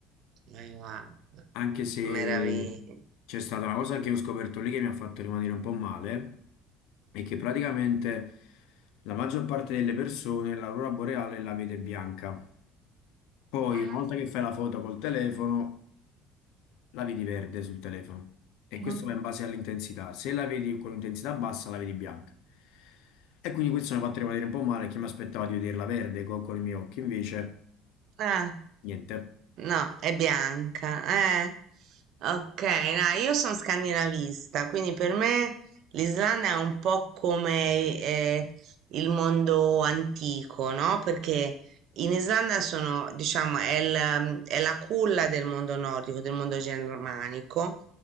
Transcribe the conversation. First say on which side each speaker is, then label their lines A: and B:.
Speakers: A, on the right (about 50°); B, on the left (about 75°).
A: ma guarda,
B: anche se
A: meraviglia.
B: c'è stata una cosa che ho scoperto lì che mi ha fatto rimanere un po' male, è che praticamente la maggior parte delle persone l'aurora boreale la vede bianca. Poi,
A: Ah-ah,
B: una volta che fai la foto col telefono, la vedi verde sul telefono. E
A: ah-ah.
B: questo va in base all'intensità. Se la vedi con intensità bassa, la vedi bianca. E quindi questo mi ha fatto rimanere un po' male, che mi aspettava di vederla verde co- con, i miei occhi, invece
A: Ah,
B: niente.
A: no, è bianca. Eh. Ok, no, io sono scandinavista, quindi per me l'Islanda è un po' come eh, il mondo antico, no? Perché in Islanda sono, diciamo, è, il, mm, è la culla del mondo nordico, del mondo germanico,